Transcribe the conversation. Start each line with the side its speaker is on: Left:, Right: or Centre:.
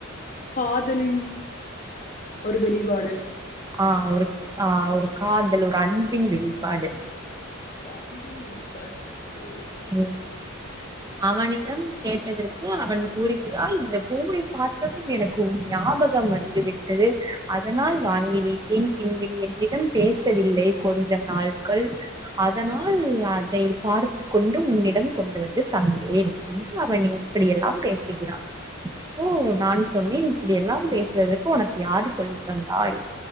Left: காதலின் ஒரு வெளிபாடு
Right: ஆ ஒரு ஆ ஒரு காதல் ஒரு அன்பின் வெளிப்பாடு
Left: ஒரு அன்பின் வெளிப்பாடு ஓ!
Right: உம் அவனிடம் கேட்டதற்கு அவன் கூறுகிறாய் இந்த பூவை பார்த்ததும் எனக்கு உன் ஞாபகம் வந்து விட்டது அதனால் வாங்கி வைத்தேன் பின்பு நீ என்னிடம் பேசவில்லை கொஞ்ச நாட்கள் அதனால் அதை பார்த்து கொண்டு உன்னிடம் கொண்டு வந்து தந்தேன் என்று அவன் இப்படி எல்லாம் பேசுகிறான் ஓ நான் சொன்னேன் இப்படி எல்லாம் பேசுவதுக்கு உனக்கு யாரு சொல்லி தந்தாய்